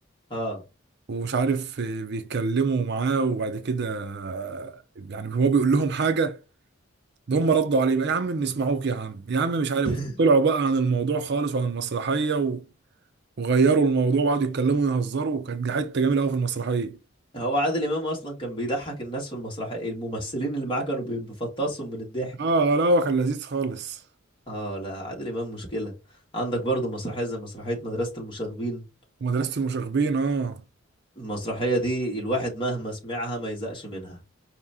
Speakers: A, on the left; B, on the right.
A: اه
B: ومش عارف آه، بيتكلموا معاه وبعد كده آه، يعني هو بيقول لهم حاجة ده هم ردوا عليه بقى يا عم بنسمعوك يا عم يا عم مش عارف
A: <laughs>
B: طلعوا بقى عن الموضوع خالص وعن المسرحية و... وغيروا الموضوع وقعدوا يتكلموا ويهزروا وكانت دي حتة جميلة قوي في المسرحية
A: هو عادل امام اصلا كان بيضحك الناس في المسرحية الممثلين اللي معاه كانوا بي- بيفطسهم من الضحك
B: اه لا هو كان لذيذ خالص
A: اه لا عادل امام مشكلة عندك برضو مسرحية زي مسرحية مدرسة المشاغبين
B: ومدرسة المشاغبين اه
A: المسرحية دي الواحد مهما سمعها ما يزهقش منها